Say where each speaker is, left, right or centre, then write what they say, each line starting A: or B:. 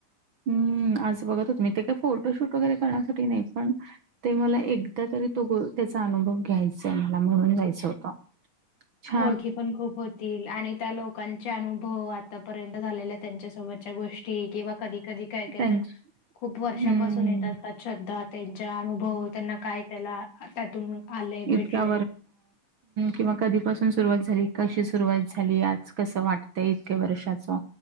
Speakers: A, on the right (about 60°); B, on the left (about 85°).
A: हम्म आज बघत होते मी ते काय फोटोशूट वगैरे करण्यासाठी नाही पण ते मला एकदा तरी तो ग त्याचा अनुभव घ्यायचाय मला म्हणून जायचं होतं. छ
B: ओळखी पण खूप होतील आणि त्या लोकांचे अनुभव आतापर्यंत झालेल्या त्यांच्यासोबत च्या गोष्टी किंवा कधी कधी काय काय
A: त्यांच
B: जण खूप वर्षापासून
A: हम्म.
B: येतात त्यात श्रद्धा त्यांचे अनुभव त्यांना काय त्याला त्यातून आलय
A: इतक्या
B: भेटलय.
A: किंवा कधीपासून सुरुवात झाली कशी सुरुवात झाली आज कसं वाट तय इतक्या वर्षाचं